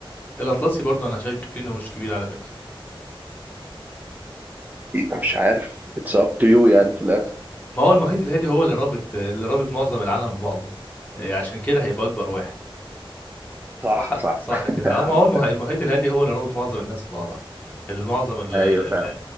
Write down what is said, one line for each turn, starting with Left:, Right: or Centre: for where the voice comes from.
Left: الاطلسي برضه انا شاكك فيه انه مش كبير على فكره
Right: مش عارف اتس اب تو يو يعني في الآخر
Left: ما هو المحيط الهادي هو اللي رابط اللي رابط معظم العالم ببعضه آه، عشان كده هيبقى اكبر واحد
Right: صح
Left: صح
Right: صح
Left: صح
Right: <laughs>
Left: كده اه ما هو المه- المحيط الهادي هو اللي رابط معظم الناس ببعضها المعظم ال-
Right: أيوه
Left: ال-
Right: فعلا
Left: ال-